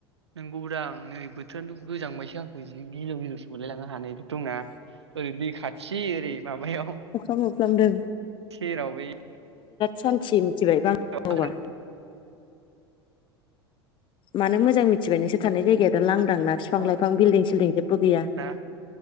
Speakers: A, on the right; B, on the left.
A: नंगौबोदां नै बोथोरानथ' गोजांबायसो आंखौ जि गिलु गिलुसो मोनलायलाङो आंहा नैथ दंना ओरै दै खाथि ओरै माबायाव
B: अखा मोफ्लामदों
A: सेराव बै
B: सान <unintelligible> मिथिबाय <inaudible>
A: माबा
B: मानो मोजां मिथिबाय नोंसोर थानाय जायगाया दा लां दां ना बिफां
A: होनो
B: लाइफां बिल्डं सिल्डिं जेबो गैया
A: ना